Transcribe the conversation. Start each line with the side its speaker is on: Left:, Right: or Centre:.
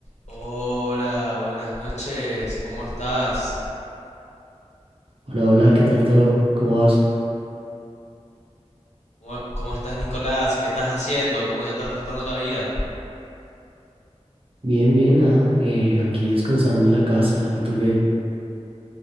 Left: Hola, buenas noches. ¿Cómo estás?
Right: Hola, hola, ¿qué tal todo? ¿Cómo vas?
Left: ¿Cómo, cómo estás, Nicolás? ¿Qué estás haciendo? ¿Cómo te está tratando la vida?
Right: Bien, bien, nada, eh, aquí descansando en la casa. ¿Y tú qué?